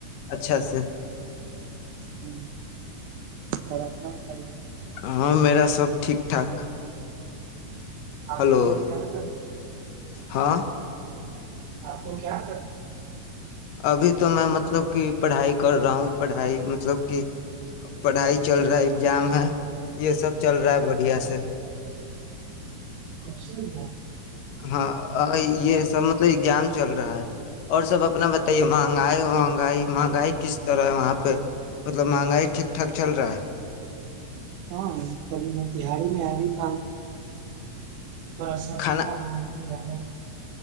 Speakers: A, on the left; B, on the right.
A: اچھا سے
B: ہ اورر ب تاری
A: ہاں میرا سب ٹھیک ٹھاک
B: آپ
A: ہلو
B: کو کیا ن تھا
A: ہاں
B: آپ کو کیا کر
A: ابھی تو میں مطلب کہ پڑھائی کر رہا ہوں پڑھائی مطلب کہ پڑھائی چل رہا ہے ایگزام ہے یہ سب چل رہا ہے بڑھیا سے
B: خشز
A: ہاں یہ سب مطلب ایزام چل رہا ہے اور سب اپنا بتائیے مہنگائی مہنگائی مہنگائی کس طرح ہے وہاں پہ مطلب مہنگائی ٹھیک ٹھاک چل رہا ہے
B: ہاں میں تہاڑی میں ابھی پ تھوڑا ساب
A: کھانا
B: بھی کاما گیا ہاں